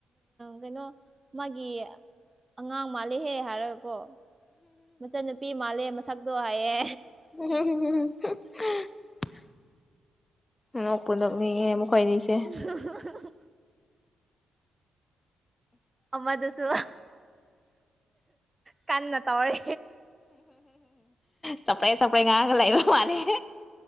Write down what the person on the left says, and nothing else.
<inaudible> ꯅꯣꯛꯄꯗ ꯎꯏꯌꯦ ꯃꯈꯣꯏ ꯑꯅꯤꯁꯦ
ꯆꯄꯦꯡ ꯆꯥꯄꯦꯡ ꯉꯥꯡꯉꯒ ꯂꯩꯕ ꯃꯥꯜꯂꯦ